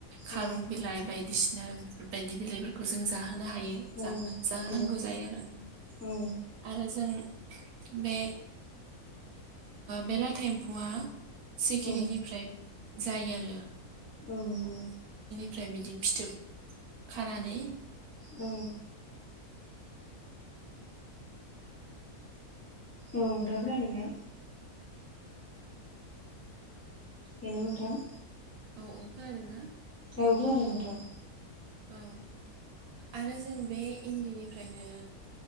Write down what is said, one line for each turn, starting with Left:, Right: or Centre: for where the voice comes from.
Right: खारुं
Left: औ
Right: बिलाइ बायदिसिना बेफोरबायदि बिलाइफोरखौ जों जाहो होनो हायो जा-जाहोनांगौ
Left: औ नंगौ
Right: जायो आरो
Left: औ
Right: आरो जों बे बे लाथा एम्फुआ सिखिरिनिफ्राय
Left: औ
Right: जायो आरो।
Left: औ नंगौ।
Right: फ्राय बिदि फिथोब खानानै
Left: औ। औ नोंथाङा खोनादोंना? हेल' नोंथां।
Right: औ अखा हादोंना?
Left: औ अखा हादों नोंथां।
Right: औ आरो जों बे इन्दिनिफ्रायनो